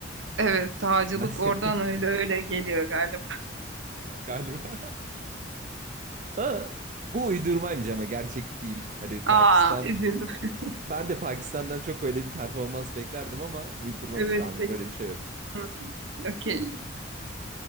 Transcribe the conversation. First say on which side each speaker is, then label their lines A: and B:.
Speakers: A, on the right (about 75°); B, on the right (about 40°).
A: Evet, sağcılık
B: Siyaset.
A: oradan öyle öyle geliyor galiba.
B: <laughs> Galiba. Aa, bu uydurmaymış ama gerçek değil. Hani Pakistan,
A: Aa, üzüldüm. <laughs>
B: ben de Pakistan'dan çok böyle bir performans beklerdim ama uydurma
A: Evet,
B: bir kanun.
A: peki.
B: Böyle bir şey yok.
A: Hmm. Okey.